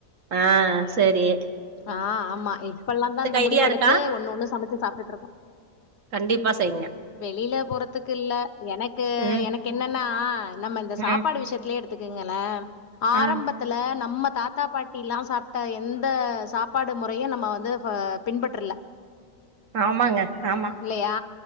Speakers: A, on the right; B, on the left.
A: ஆ செரி
B: ஆ ஆமா இப்பெல்லாந்தா இந்த முடிவெடுத்து
A: ஐடியா இருக்கா
B: ஒண்ணு ஒண்ணு சமைச்சு சாப்ட்டுட்ருக்கோ
A: கண்டிப்பா செய்ங்க
B: வெளில போறதுக்கில்ல எனக்கு
A: ம்
B: எனக்கு என்னன்னா நம்ம இந்த சாப்பாடு
A: ம்
B: விஷயத்துலே எடுத்துக்கங்களே ஆரம்பத்
A: ஆ
B: துல நம்ம தாத்தா பாட்டி எல்லா சாப்ட்ட எந் த சாப்பாடு முறையு நம்ம வந்து பின்பற்றுல
A: ஆமாங்க ஆமா
B: இல்லையா